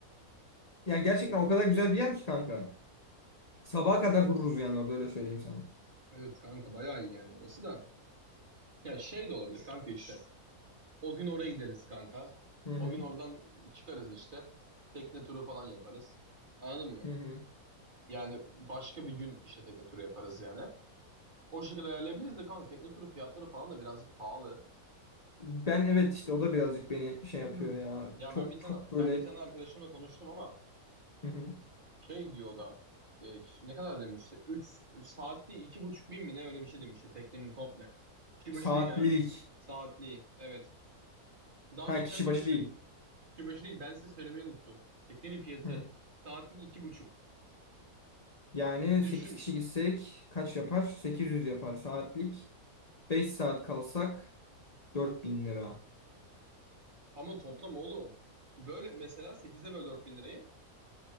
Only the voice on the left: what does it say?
Yani gerçekten o kadar güzel bir yer ki kanka. Sabaha kadar
dururuz yani orada öyle söyleyeyim sana.
Hı
hı,
hı hı.
Ben evet işte o da birazcık beni
şey yapıyor ya.
Çok
çok böyle
hı hı.
Saatlilik.
Ha
kişi
başı değil.
Hı.
Yani
8 kişi gitsek kaç yapar? sekiz yüz yapar saatlik. beş saat kalsak 4000 lira.